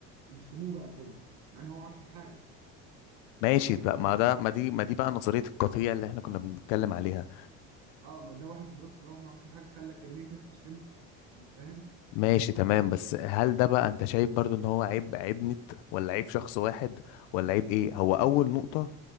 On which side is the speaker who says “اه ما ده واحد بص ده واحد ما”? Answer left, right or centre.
Right